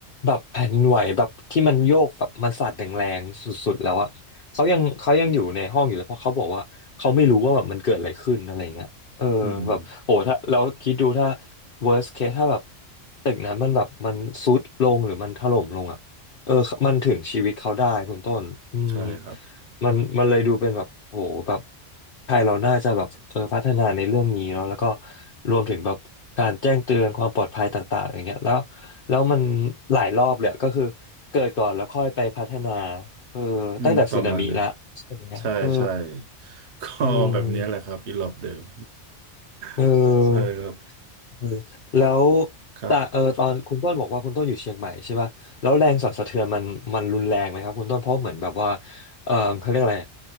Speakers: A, on the left; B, on the right.
A: แบบแผ่นดินไหวแบบที่มันโยกแบบมันสั่นแรงๆสุดๆแล้วอ่ะเขายังเขายังอยู่ในห้องอยู่เลยเพราะเขาบอกว่าเขาไม่รู้ว่าแบบมันเกิดอะไรขึ้นอะไรเงี้ยเออแบบโหถ้าเราคิดดูถ้า
B: อืม
A: worst case ถ้าแบบตึกนั้นมันแบบมันทรุดลงหรือมันถล่มลงอ่ะเออมันถึงชีวิตเขาได้คุณต้นอืม
B: ใช่ครับ
A: มันมันเลยดูเป็นแบบโอ้โหแบบไทยเราน่าจะแบบเออพัฒนาในเรื่องนี้เนาะแล้วก็รวมถึงแบบการแจ้งเตือนความปลอดภัยต่างๆอย่างเงี้ยแล้วแล้วมันหลายรอบเลยอะก็คือเกิดก่อนแล้วค่อยไปพัฒนาเออตั้งแต่สึนามิละใช่ไหมเออ
B: อืมประมาณเนี้ยใช่ใช่ก็แบบเนี้ยแหละครับอีหลอบเดิม
A: อืมเออ
B: <laughs> ใช่ครับ
A: เออแล้ว
B: ครับ
A: แต่เออตอนคุณต้นบอกว่าคุณต้นอยู่เชียงใหม่ใช่ป่ะแล้วแรงสั่นสะเทือนมันมันรุนแรงไหมครับคุณต้นเพราะเหมือนแบบว่าเออเขาเรียกอะไร